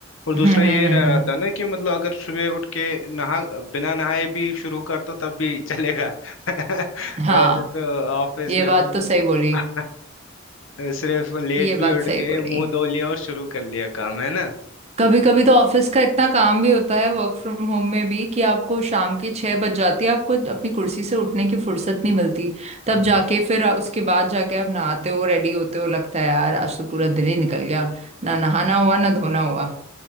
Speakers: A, on the left; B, on the right.
A: और दूसरा
B: हम्म
A: ये
B: हम्म
A: रह रहा
B: हम्म
A: था ना कि मतलब अगर सुबह उठ के नहा बिना नहाए भी शुरू कर तो तब भी चलेगा <laughs>
B: हाँ
A: वैसे तो ऑफिस
B: ये
A: में
B: बात
A: भी
B: तो सही बोली
A: <laughs> सिर्फ लेट
B: ये
A: भी
B: बात
A: उठ
B: सही
A: गए
B: बोली
A: मुंह धो लिया और शुरू कर लिया काम है
B: कभी कभी तो ऑफिस का इतना काम भी होता है वर्क फ्रॉम होम में भी कि आपको शाम के छह बज जाती है आपको अपनी कुर्सी से उठने की फुर्सत नहीं मिलती तब
A: ना
B: जाके फिर उसके बाद जाके आप नहाते हो रेडी होते हो लगता है यार आज तो पूरा दिन ही निकल गया ना नहाना हुआ ना धोना हुआ